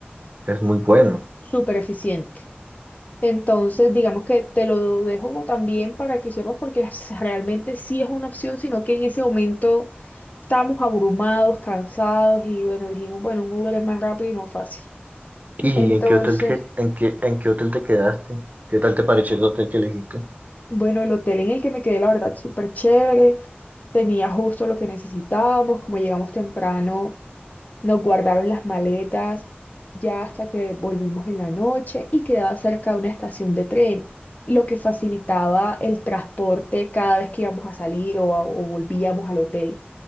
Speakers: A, on the right; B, on the left.
A: es muy bueno.
B: súper eficiente. Entonces, digamos que te lo dejo también para que sepas, porque es- realmente sí es una opción, sino que en ese momento estábamos abrumados, cansados y bueno, dijimos, bueno, un Uber es más rápido y más fácil.
A: ¿Y
B: Entonces,
A: en qué hotel que- en qué, en qué hotel te quedaste? ¿Qué tal te pareció el hotel que elegiste?
B: bueno, el hotel en el que me quedé, la verdad, súper chévere. Tenía justo lo que necesitábamos, como llegamos temprano. Nos guardaron las maletas ya hasta que volvimos en la noche y quedaba cerca de una estación de tren, lo que facilitaba el transporte cada vez que íbamos a salir o, a- o volvíamos al hotel,